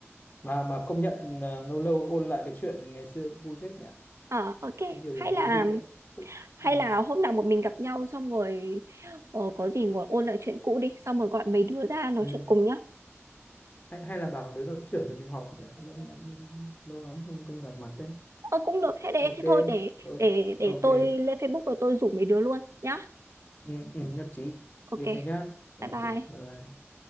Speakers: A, on the left; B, on the right.
A: mà mà công nhận là lâu lâu ôn lại cái chuyện ngày xưa vui phết nhỉ
B: ờ ok
A: có nhiều
B: hay
A: điểm
B: là
A: thú vị đấy Thích.
B: hay
A: ừ.
B: là hôm nào một mình gặp nhau xong rồi ờ, có gì ngồi ôn lại chuyện cũ đi xong rồi gọi mấy đứa ra nói
A: Ừ.
B: chuyện cùng nhá
A: Hay, hay là bảo đứa lớp trưởng chuẩn bị họp nhỉ lỗi nhỉ lâu lắm không không gặp mặt đấy
B: ờ cũng được thế để
A: ok
B: thế thôi để
A: O-
B: để để
A: ok
B: tôi lên Facebook rồi tôi rủ mấy đứa luôn nhá
A: ừ, ừ, nhất trí
B: ok
A: ok thế nhá ok
B: bye
A: bye
B: bye
A: bye